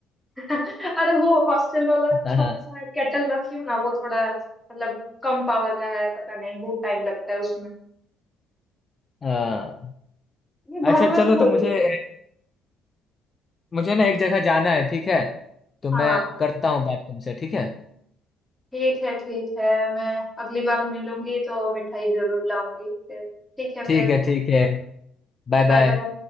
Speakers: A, in the centre; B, on the left (about 30°).
A: <laughs> अरे वो हॉस्टल वाला
B: हाँ
A: छोटा सा केटल रखी हूँ ना वो थोड़ा मतलब कम पावर का है पता नहीं बहुत टाइम लगता है उसमें
B: हाँ
A: ये
B: अच्छा
A: घर में
B: चलो
A: तो
B: तो
A: जल्दी
B: मुझे
A: है
B: मुझे ना एक जगह जाना है ठीक है तो मैं
A: हाँ
B: करता हूँ बात तुमसे ठीक है
A: ठीक है ठीक है मैं अगली बार मिलूंगी तो मिठाई जरूर लाऊंगी फिर ठीक है
B: ठीक
A: फिर
B: है ठीक है Bye bye
A: Bye bye